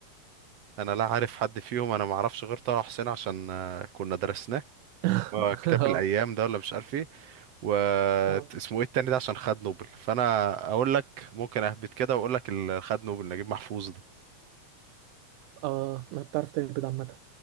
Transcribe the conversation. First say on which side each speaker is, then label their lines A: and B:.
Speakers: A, on the right; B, on the right.
A: انا لا عارف حد فيهم انا ما اعرفش غير طه حسين عشان آه، كنا درسناه
B: <laughs>
A: آه، كتاب
B: آه
A: الايام ده ولا مش عارف ايه و
B: آه
A: اسمه ايه التاني ده عشان خد نوبل فانا اقول لك ممكن اهبط كده واقول لك اللي خد نوبل نجيب محفوظ ده
B: آه ما بتعرف تهبط عامة